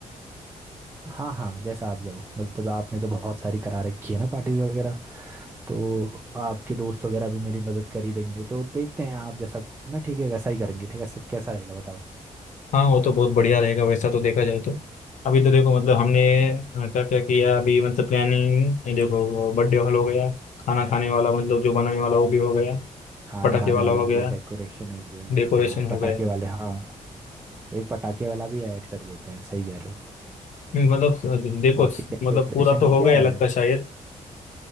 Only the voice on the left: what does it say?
हाँ वो तो बहुत बढ़िया रहेगा वैसा तो देखा जाए तो अभी तो देखो मतलब हमने क्या क्या किया अभी मतलब प्लानिंग देखो बर्थडे हॉल हो गया खाना खाने वाला मतलब जो बनाने वाला वो भी हो गया
पटाखे
वाला
हो गया
डेकोरेशन
हो गया
नहीं मतलब देखो
मतलब पूरा तो
हो
गया
लगता है शायद